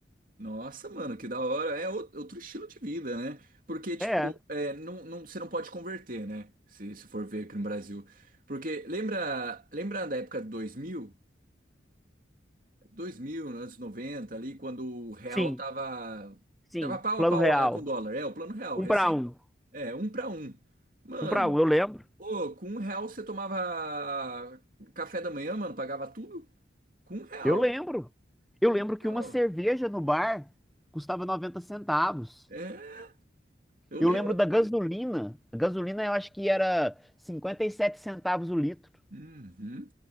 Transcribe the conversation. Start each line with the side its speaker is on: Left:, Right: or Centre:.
Right: Nossa, mano, que da hora. É ou- outro estilo de vida, né? Porque, tipo,
Centre: É.
Right: é, não, não, você não pode converter, né? Se, se for ver aqui no Brasil. Porque lembra, lembra da época de 2000, 2000, anos 90 ali, quando o real
Centre: Sim,
Right: tava,
Centre: sim.
Right: tava pau
Centre: Plano
Right: a pau
Centre: real.
Right: lá com o dólar. É, o plano real,
Centre: Um
Right: recém.
Centre: para um.
Right: É, um pra um. Mano,
Centre: Um para um, eu lembro.
Right: ô, com um real você tomava café da manhã, mano, pagava tudo? Com um real.
Centre: Eu lembro. Eu
Right: Com
Centre: lembro
Right: um
Centre: que
Right: real.
Centre: uma cerveja no bar custava 90 centavos.
Right: É, eu
Centre: Eu
Right: lembro.
Centre: lembro da
Right: também.
Centre: gasolina. A gasolina eu acho que era 57 centavos o litro.
Right: Uhum.